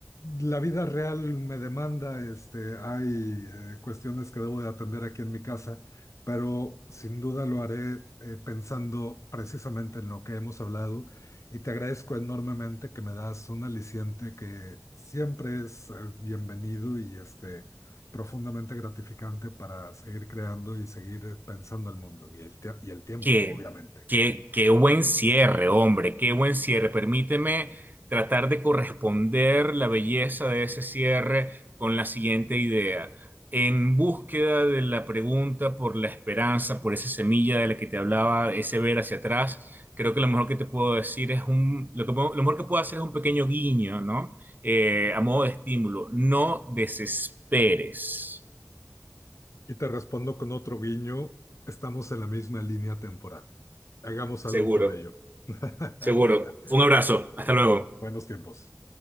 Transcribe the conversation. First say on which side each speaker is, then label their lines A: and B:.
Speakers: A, on the left; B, on the right.
A: la vida real me demanda, este, hay eh, cuestiones que debo de atender aquí en mi casa, pero sin duda lo haré eh, pensando precisamente en lo que hemos hablado y te agradezco enormemente que me das un aliciente que siempre es eh, bienvenido y este, profundamente gratificante para seguir creando y seguir eh, pensando el mundo y el, tie- y el tiempo,
B: Qué,
A: obviamente.
B: qué, qué buen cierre, hombre, qué buen cierre. Permíteme tratar de corresponder la belleza de ese cierre con la siguiente idea. En búsqueda de la pregunta por la esperanza, por esa semilla de la que te hablaba, ese ver hacia atrás, creo que lo mejor que te puedo decir es un, lo que, puedo- lo mejor que puedo hacer es un pequeño guiño, ¿no? Eh, a modo de estímulo. No desesperes.
A: Y te respondo con otro guiño, estamos en la misma línea temporal. Hagamos
B: Seguro,
A: algo con ello. <laughs>
B: seguro. Un abrazo. Hasta luego.
A: Buenos tiempos.